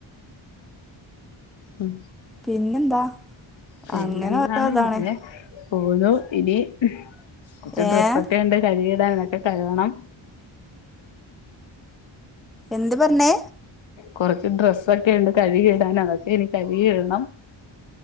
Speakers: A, on the left; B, in the centre.
A: ഉം
B: പിന്നെന്താ
A: പിന്നെ
B: അങ്ങനെ
A: എന്താണ്
B: ഓരോ ഇതാണ്
A: ഇങ്ങനെ പോവുന്നു ഇനി കുറച്ച്
B: ഏഹ്
A: ഡ്രസ്സൊക്കെ ഉണ്ട് കഴുകിയിടാനൊക്കെ കഴുകണം
B: എന്ത് പറഞ്ഞേ
A: കുറച്ച് ഡ്രസ്സൊക്കെ ഉണ്ട് കഴുകി ഇടാൻ അതൊക്കെ ഇനി കഴുകി ഇടണം